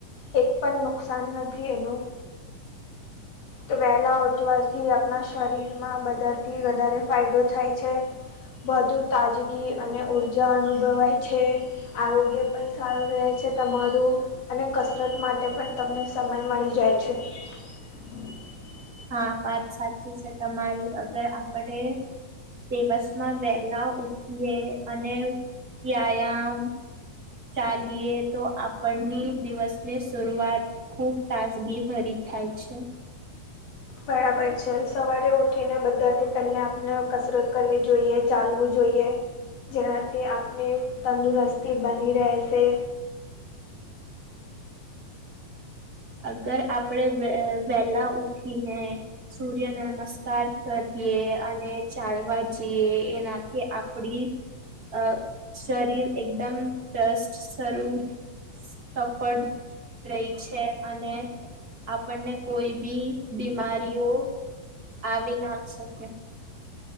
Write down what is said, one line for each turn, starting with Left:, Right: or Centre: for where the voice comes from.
Left: એક પણ નુકસાન નથી એનું તો વહેલા ઉઠવાથી આપણા શરીર માં બધાથી વધારે ફાયદો થાય છે. વધુ તાજગી અને ઊર્જા અનુભવાય છે. આરોગ્ય પણ સારું રહે છે તમારું. અને કસરત માટે પણ તમને સમય મળી જાય છે. <inaudible>
Right: હા વાત સાચી છે તમારી અગર આપડ દિવસમાં વહેલા ઉઠીએ અને વ્યાયામ ચાલીએ તો આપણની દિવસ ની શરૂઆત ખુબ તાસગી ભરી થાય છે
Left: બરાબર છે સવારે ઉઠીને બધાથી પહેલા આપને કસરત કરવી જોઈએ ચાલવું જોઈએ જેનાથી આપણી તંદુરસ્તી બની રહેશે
Right: અગર આપણેે વેલા ઉઠીને સૂર્ય નમસ્કાર કરીએ અને ચાલવા જઈએ એનાથી આપડી અ શરીર એકદમ ત્રસ્ત સ્રૂ સફળ રહી છે અને આપણને કોઈ બી બીમારીઓ આવી ના શકે